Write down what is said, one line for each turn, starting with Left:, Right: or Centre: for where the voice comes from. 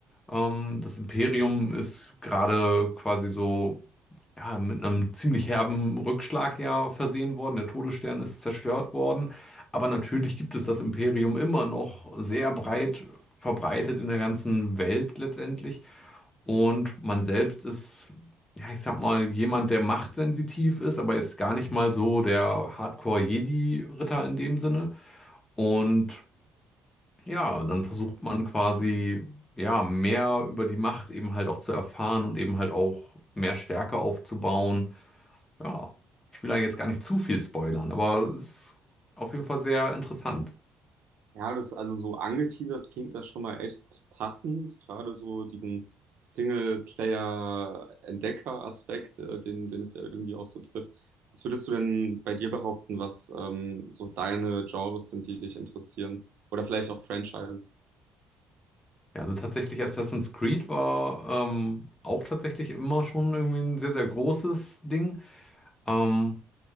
Left: Ähm, das Imperium ist gerade quasi so ja, mit einem ziemlich herben Rückschlag ja versehen worden. Der Todesstern ist zerstört worden. Aber natürlich gibt es das Imperium immer noch sehr breit verbreitet in der ganzen Welt letztendlich. Und man selbst ist, ja, ich sag mal, jemand, der machtsensitiv ist, aber jetzt gar nicht mal so der Hardcore-Jedi-Ritter in dem Sinne. Und ja, dann versucht man quasi, ja, mehr über die Macht eben halt auch zu erfahren und eben halt auch mehr Stärke aufzubauen ja, ich will da jetzt gar nicht zu viel spoilern, aber es ist auf jeden Fall sehr interessant.
Right: Ja, das also so angeteasert klingt das schon mal echt passend, gerade so diesen Singleplayer-Entdecker-Aspekt, äh, den, den es ja irgendwie auch so trifft. Was würdest du denn bei dir behaupten, was ähm, so deine Genres sind, die dich interessieren? Oder vielleicht auch Franchises?
Left: Ja, also tatsächlich Assassin's Creed war ähm, auch tatsächlich immer schon irgendwie ein sehr, sehr großes Ding. Ähm,